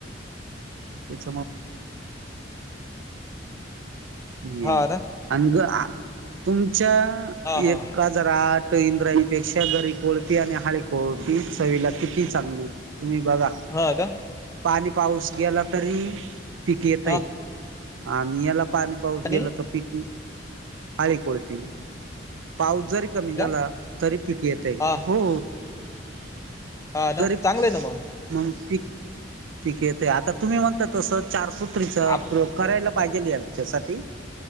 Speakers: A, on the right; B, on the left.
A: <inaudible> <unintelligible> ये
B: हा ना
A: अ ग तुमच्या
B: हा हा
A: एक हजार आठ तर इंद्रायणीपेक्षा घरी कोळती आणि हाळी कोळती चवीला किती चांगली तुम्ही बघा
B: हा का
A: पाणी पाऊस गेला तरी पीक येतय
B: हा
A: आणि याला पाणी पाऊस
B: आणि
A: गेला तर पीक हळी कोळ प पाऊस जरी कमी झाला
B: का
A: तरी पिक येते
B: हा
A: हो
B: हा
A: करिप
B: ना चांगलं आहे ना मग
A: माणुसकी पीक येत आता तुम्ही म्हणता तसं चारसूत्रीचा
B: आप
A: प्रयोग करायला पाहिजे या त्यासाठी